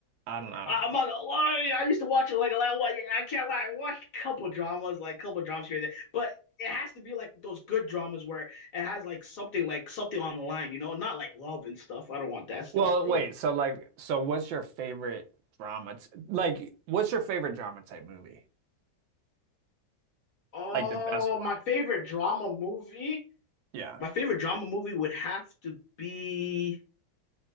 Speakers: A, on the right (about 90°); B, on the left (about 55°).
A: I don't know I
B: I,
A: don't know
B: am not gonna lie. I used to watch it like a lot. I can't lie. I watched a couple dramas, like a couple dramas here and there, but it has to be like those good dramas where it has like something like something on the line, you know, not like love and stuff. I don't want that stuff,
A: Well,
B: bro.
A: wait, so like so what's your favorite drama t like what's your favorite drama type movie?
B: Oh,
A: Like the best one.
B: my favorite drama movie.
A: Yeah.
B: My favorite drama movie would have to be